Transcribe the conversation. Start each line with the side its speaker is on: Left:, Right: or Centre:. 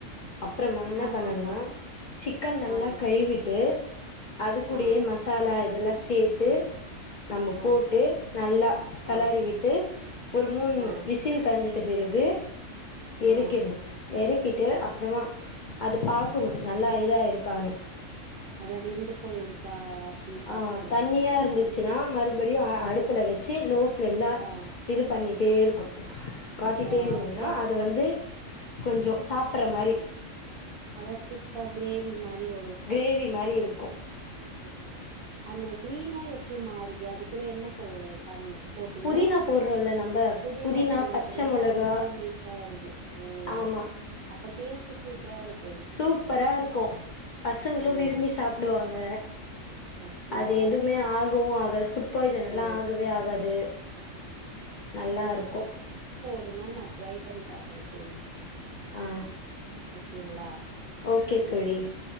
Left: அப்புறமா என்னா
Right: ஆமா
Left: பண்ணணும்னா
Right: ஆமா
Left: சிக்கன் நல்லா
Right: ஆ
Left: கழிவிட்டு அதுக்கூடயோ
Right: ஆ
Left: மசாலா இதெல்லா சேத்து நம்ம
Right: ஆ
Left: போட்டு நல்லா கலறிவிட்டு
Right: ஆ
Left: ஒரு மூண்
Right: ஆ
Left: விசில் தட் வந்துட்டு பிறகு
Right: ஆ
Left: எறக்கிற்னு எறக்கிட் ட்டு அப்புறமா அது பாக்கணு நல்லா இதா ஆயிருக் கான
Right: அத வெந்து போயிருக்கா அப்டி பாக்கணுன்றீங்களா
Left: ஆஹ் தண்ணியா இருந்துச்சுன்னா மறுபடியு அ
Right: ஆ
Left: அடுப்புல வெச்சு லோ பிளேம்ல
Right: ஆ
Left: இது பண் பண்ணிட்டே இருக்கும் காட்டிட்டே
Right: ஆ
Left: இருந்தீங்ன்னா
Right: அப்போ
Left: அது வந்து கொஞ்சோ சாப்ற மாரி
Right: அதாது திக்கா க்ரேவி மாரி வ
Left: க்ரேவி மாரி இருக்கு
Right: ஆ அந்த க்ரீனா எப்டி மாறுது அது கூட என்ன போ பண் போட்டீங்க
Left: புதினா போடுறோல்ல நம்ப
Right: புதினா போடுறதுனால
Left: பச்ச மொளகா
Right: அந்த க்ரீனிஷா வருது ஓ
Left: ஆமா
Right: அப்படேஸ்ட் சூப் ப்ராரும்
Left: சூப்பரா இருக்கும் பசங்களும்
Right: ஆ
Left: விரும்பி சாப்டுவாங்க
Right: அப்டியா
Left: அது எதுவுமே ஆகவும் ஆகாது ஃபுட்பாய்சனெலா
Right: ஆ
Left: ஆகவே ஆகாது நல்லாருக்கும்
Right: ஒருநாள் நா ட்ரை பண்ணி பாக்குறே தோழி
Left: ஆ
Right: ஓகேங்களா
Left: ஓகே தோழி